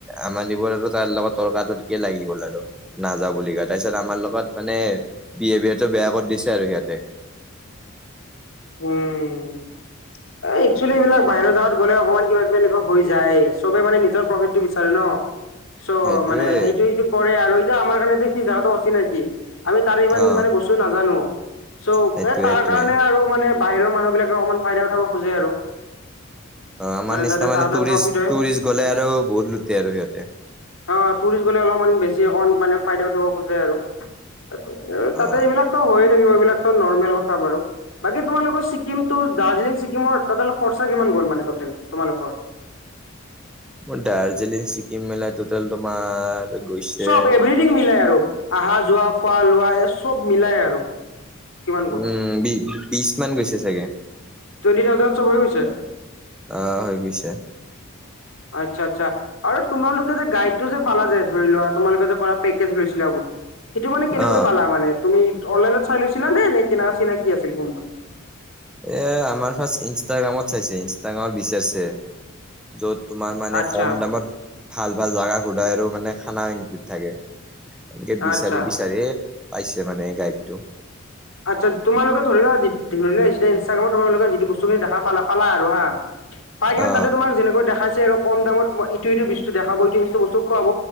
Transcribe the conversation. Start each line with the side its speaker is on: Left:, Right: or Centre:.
Centre: আমাৰ দিবোৰ আৰু তাৰ লগত তৰ্কা ত লাগি গ'ল আৰু নাযাওঁ বুলি কয় তাৰপিছত আমাৰ লগত মানে বিহেভিয়াৰটো বেয়া কৰি দিছে আৰু সিহঁতে
Left: উম এ একচুৱেলি এইবিলাক বাহিৰৰ যাৱাত গ'লে অকমান কিবা কিবি এনেকুৱা হৈ যায় চবে মানে নিজৰ প্ৰফিটটো বিচাৰে ন <unintelligible> চ'
Centre: সেইটোয়ে
Left: মানে সেইটো সেইটো কৰে আৰু টো আাৰ কাৰণে এইখিনি যাতো অছি নেকি আমি তাৰে ইমান
Centre: অ
Left: মানে বস্তু নাজানো চ'
Centre: সেইটোয়ে
Left: এ তাৰ
Centre: সেইটোয়ে
Left: কাৰণে আৰু মানে বাহিৰৰ মানুহ বিলাকে অকমান ফাইদা উঠাব খোজে আৰু
Centre: অ আমাৰ নিচিনা
Left: যাতে
Centre: মানে
Left: তাহাঁতৰ
Centre: টুৰিষ্ট
Left: প্ৰফিট হয়।
Centre: টুৰিষ্ট গলে আৰু বহুত লুটে আৰু সিহঁতে
Left: অ টোৰিষ্ট গলে অলপমান বেছি অকণ মানে ফাইদা উঠিব খোজে আৰু তা আৰু তাতে
Centre: অ
Left: এইবিলাকো হয় থাকিব এইবিলাক টো নৰ্মেল কথা বাৰো বাকি তোমালোকৰ ছিকিম টো দাৰ্জিলিং ছিকিমৰ টতেল খৰচা কিমান গ'ল মানে তটেল তোমালোকৰ
Centre: মোৰ দাৰ্জিলিং ছিকিম মেলাই টোটল তোমাৰ গৈছে
Left: চব এভৰিথিং মিলাই আৰু আহা যোৱা খোৱা লোৱা এই চব মিলাই আৰু কিমান গ'ল?
Centre: উম বিচ মান গৈছে চাগে
Left: টুৱেণ্টি থাউজেণ্ডত চব হৈ গৈছে?
Centre: আহ হৈ গৈছে
Left: আচ্ছা আচ্ছা আৰু তোমালোকে যে গাইডটো যে পালা যে ধৰি লোৱা তোমালোকে যে কৰা পেকেজ লৈছিলা আনি সেইটো মানে কেনেকৈ
Centre: অ
Left: পালা মানে তুমি অনলাইনত চাই লৈছিলা নে নে কিনা চিনাকি আছিল কোনোবা
Centre: এ আমাৰ ফাৰ্ষ্ট ইনষ্টাগ্ৰামত চাইছে ইনষ্টাগ্ৰামত বিচাৰিছে য'ত তোমাৰ মানে
Left: আচ্ছা
Centre: কম দামত ভাল ভাল জাগা ঘূৰাায় আৰু মানে খানা ইনক্লুড থাকে এনেকে বিচাৰি
Left: আচ্ছা
Centre: বিচাৰি পাইছে মানে। গাইডটো
Left: আচ্ছা তোমালোকে ধৰি তোমালোক যি বস্তু দেখা পা পালা আৰু হা পাই কিনে
Centre: অ
Left: তাতে তোমাৰ যেনেকৈ দেখাইছে। তেৰ কম দামত ইটো সিটো বস্তু দেখাব বস্তু খুৱাব